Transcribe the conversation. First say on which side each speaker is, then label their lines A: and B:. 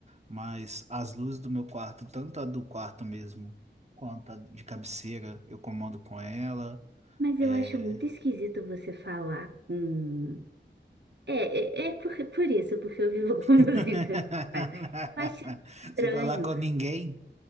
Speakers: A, on the right; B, on the right.
A: Mas as luzes do meu quarto, tanto a do quarto mesmo, quanto a de cabeceira, eu comando com ela.
B: mas
A: É...
B: eu acho muito esquisito você falar com. É, é, é por, por isso, porque eu vivo
A: <laughs>
B: com <laughs> músicas. faz. Eu acho estranho.
A: Você vai lá com ninguém?